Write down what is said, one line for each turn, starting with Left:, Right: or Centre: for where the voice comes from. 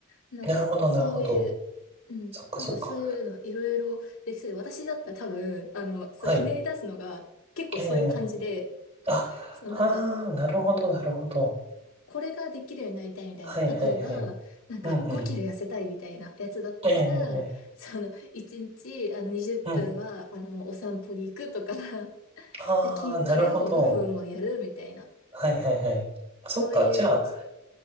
Left: なんか、
Right: なるほど、
Left: そういう、
Right: なるほど。
Left: うん。
Right: そっかそっか。
Left: なんかそういうのいろいろできそうで、私だったら多分、あの、そう、
Right: はい。
Left: ひねり出すのが結構そういう感じで、
Right: ええあ、
Left: そう、
Right: ああ、
Left: なんか、
Right: なるほど、なるほど。
Left: これができるようになりたいみたいな。
Right: はいはいはい。
Left: 例えば、なんか5キロ痩せたいみたいなやつだったら、
Right: うんうん。ええええ
Left: その、1日、あの、20分は、
Right: うん。
Left: あの、お散歩に行くとか、<laughs>
Right: ああ、
Left: で、筋トレを5分はやるみたいな。
Right: なるほど。はいはいはい。あそっか。
Left: そういう、
Right: じゃあ、
Left: ね、しょ